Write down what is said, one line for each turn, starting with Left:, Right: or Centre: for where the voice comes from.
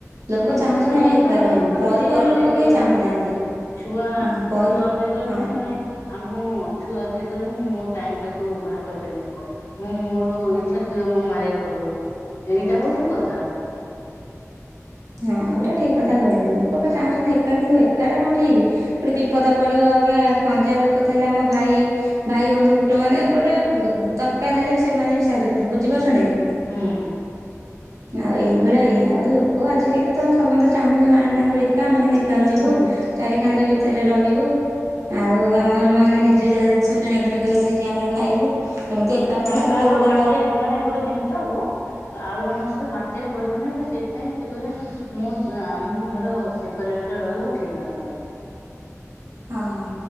Right: ଲୋକ
Left: ହୁଁ
Right: ଚାହୁଁଛନ୍ତିଛନ୍ତି
Left: ମାନେ
Right: ଆମେ ଏକା
Left: ମାନେ
Right: ରହିବୁ,
Left: କଣ କହିଲ
Right: ପରିବାର
Left: ଛୁଆ ଅଧିକା
Right: ଲୋକ
Left: କରିବେନି
Right: କେହି ଚାହୁଁନାହାନ୍ତି।
Left: ଛୁଆ
Right: ହୁଁ ପରି
Left: ଛୁଆ ଅଧିକ କରିବୁନି
Right: ହଁ
Left: ମାନେ। ଆଉ ମୁଁ ଛୁଆ ଅଧିକା କଲେ, ମୁଁ ମୋ ସମୟ ଟାକୁ ବାହାର କରିପାରିନି। ମୁଁ ମୋର ଇଛା ଥିବ ମୁଁ ମାରିବାକୁ ପଡିବ ଏଇଟା ହଉଛି କଥା।
Right: ହଁ ଏଇଟା ଠିକ କଥା କହିଲେ ଲୋକ ବା ଚାହୁଁଛନ୍ତି ଏକା କିନ୍ତୁ ଏକାଟା କିନ୍ତୁ, ଠିକ କି ଗୋଟେ ବିପଦ ପଡିବ ଆଜ୍ଞା, ଖଞ୍ଜା ଲୋକ ଥିଲେ ଆମ ଭାଇ ଭାଇ ବନ୍ଧୁ ଗୋଟେ ମାନେ ଗୋଟେ ଦରକାର ହେଲେ ସେମାନେ ବି ସାହାଯ୍ୟ କରୁଛନ୍ତି ବୁଝି ପାରୁଛନ୍ତି କି।
Left: ହୁଁ
Right: ଆଉ ଏଇଭଳିଆ ଇଏ ଆଉ ଲୋକ ଆଜିକାଲି। ତ ସବୁ ତ ଚାହୁଁଛନ୍ତି ମନ ତାଙ୍କର ଏକା, ଆମେ କେତି ଏକା ରହିବୁ
Left: ହୁଁ।
Right: ଚାରିକାନ୍ଥ ଭିତରେ ରହିବୁ। ଆଉ ଆମର ମାନେ ନିଜେ ଯାହା ଜିନିଷ କିଣା କିିଣି କରିକି ନିଜେ ଆମର। ଖାଇବୁ। ଏମିତି ଏକାଠି
Left: ମାନେ
Right: ଥିଲା
Left: କାହାକୁ
Right: କିଏ ଗୋଟେ
Left: ବାଣ୍ଟିକୁ ମାନେ ଗୋଟେ ଜିନିଷ କୁ ଆଉ ଜଣଙ୍କ ସହିତ ବାଣ୍ଟିବାକୁ ପଡିବନିବୋଲି ସେଥିପାଇଁ ସେ କହିବେ ମୁଁ ଆମେ ଆମର ଅଲଗା ରହିବୁ ଠିକ ଆମ ପାଇଁ।
Right: ହଁ,